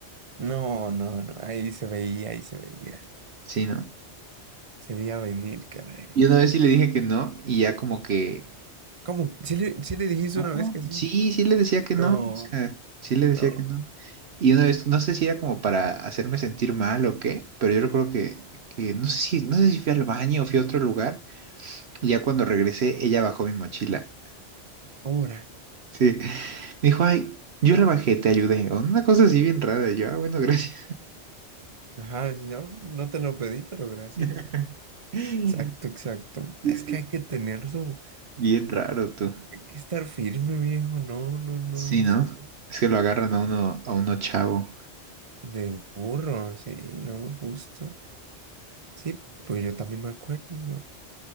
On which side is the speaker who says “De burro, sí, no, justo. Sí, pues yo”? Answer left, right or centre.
Right